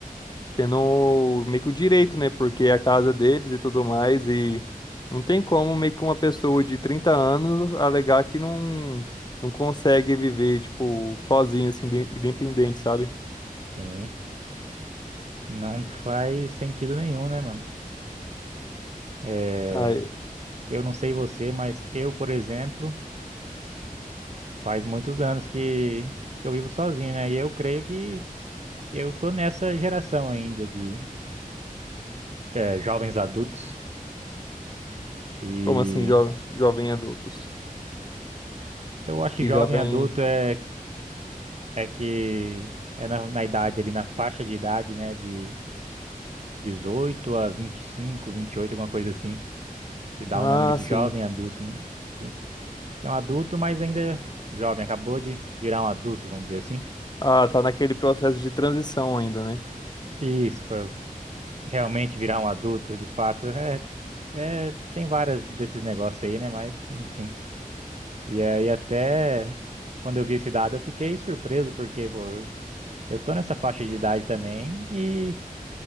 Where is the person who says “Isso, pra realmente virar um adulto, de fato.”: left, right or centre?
Right